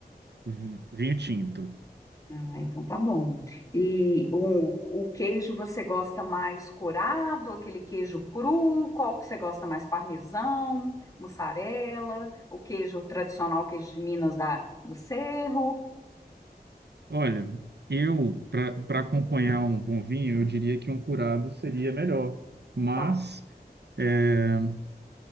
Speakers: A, on the right; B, on the left.
A: V- vinho tinto.
B: Ah, então tá bom. E o, o queijo você gosta mais curado, aquele queijo cru? Qual que você gosta mais? Parmesão, mussarela, o queijo tradicional, queijo de Minas da, do Cerro?
A: Olha, eu para para acompanhar um bom vinho, eu diria que um curado seria melhor, mas
B: Tá.
A: é,